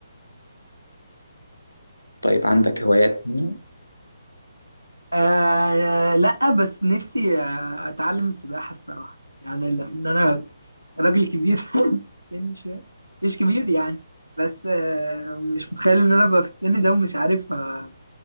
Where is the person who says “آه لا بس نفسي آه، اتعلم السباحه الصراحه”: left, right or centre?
Right